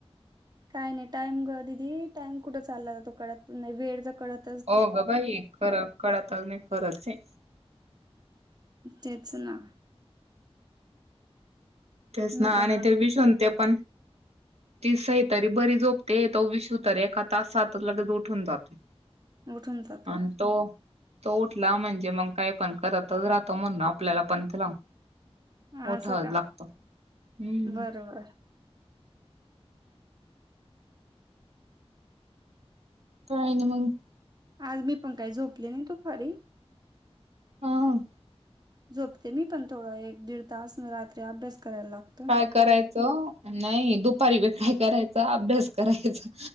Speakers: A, on the right; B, on the right.
A: काय नाही टाइम गं दिदी, टाइम कुठं चालला जातो कळत नाही. वेळच कळत
B: हो गं बाई, खरं कळतच नाही खरचंये.
A: तेच ना.
B: तेच
A: मी
B: ना.
A: पण
B: आणि
A: म्हटलं
B: ते विशु न ते पण ती सई तरी बरी झोपते. तो विशु तर एखा तासातच लगेच उठून जातो.
A: उठून जातो
B: अन तो तो उठला म्हणजे, मग काय पण करतच राहतो. म्हणून आपल्याला पण त्याला
A: असं
B: उठावच
A: का
B: लागत. हम्म
A: बरबर.
B: काय नई मंग
A: आज मी पण काही झोपले नाही दुपारी.
B: ह, ह.
A: झोपते मी पण थोडं एक दीड तास. मं रात्री अभ्यास करायला लाग
B: काय करायचं, नाही दुपारी बी काय करायचं, अभ्यास करायचा.